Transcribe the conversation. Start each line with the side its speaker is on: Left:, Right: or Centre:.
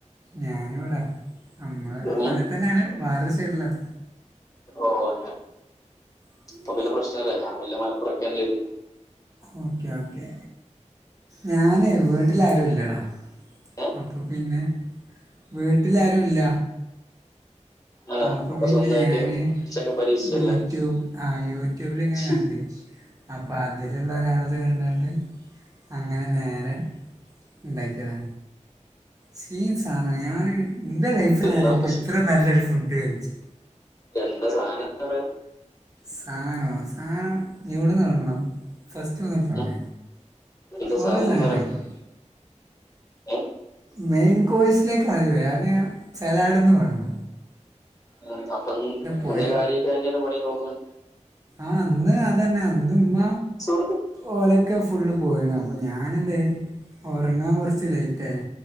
Right: ഞാനിവടെ നമ്മ
Left: ഉം.
Right: കൊല്ലത്തെന്നെയാണ് വാറൊരു സൈഡിലാണ്.
Left: ഓഹ്
Right: ഉം
Left: അപ്പന്റെ പ്രശ്നല്ലെ ഞാൻ വല്ല മലപ്പുറൊക്കെയന്ന ചെയ്തു
Right: ഓക്കെ ഓക്കെ ഞാനെ വീട്ടിലാരു ല്ലടാ
Left: ഏഹ്
Right: അപ്പ പിന്നെ വീട്ടിലാ രുല്ല
Left: ആ
Right: അപ്പ
Left: അപ്പൊ
Right: പിന്നെ
Left: സ്വന്തമായിട്ട്
Right: ഞാന്
Left: കുറച്ചങ്ങ് പരീക്ഷിച്ചല്ലേ
Right: യൂട്യൂബ് ആയുട്യൂബി ലി ങ്ങനെ
Left: ശ്ശി,
Right: കണ്ട് അപ്പൊ അതിലുള്ള ഒരാളത് കണ്ടോണ്ട് അങ്ങനെ നേരെ ഇണ്ടാക്കിയതാ സയിം സാനാണ് ഞാൻ ന്റെ ലൈഫിൽ
Left: തിന്നാൻ
Right: ആദ്യാ യിട്ട്
Left: പ്രശ്-
Right: ഇ ത്ര നല്ലൊരു ഫുഡ് കഴിച്ച്
Left: എന്താ സാധനം പറ
Right: സാധനോ സാധനം ഇവിടെന്ന് തുടങ്ങണം ഫസ്റ്റ് വന്നൽ തുടങ്ങ
Left: ഉം. എന്താ
Right: കൊറെ
Left: സാധനം
Right: സാധനണ്ടാക്കിണ്
Left: എന്ന് പറയാ ഏഹ്
Right: മെയിൻ കോയ്സിലേക്ക് ആദ്യ വരാ ആദ്യം ഞാൻ സലാട്ന്ന് തൊടങ്ങ
Left: ഉ അപ്പം
Right: പോയി
Left: ഇന്ന് കാര്യായിട്ട് ത്തന്നെ ലെ പണി ന്ന് തോന്നണെ
Right: ആഹ് അന്ന് അതന്നെ, അന്ന് ഇമ്മ
Left: സൂറത്ത്
Right: ഓര ക്കെ ഫുള്ള് പോയിണ അപ്പൊ ഞാനെ ന്തേ ഉറങ്ങാൻ കൊ റച്ച് ലേറ്റ് ആയി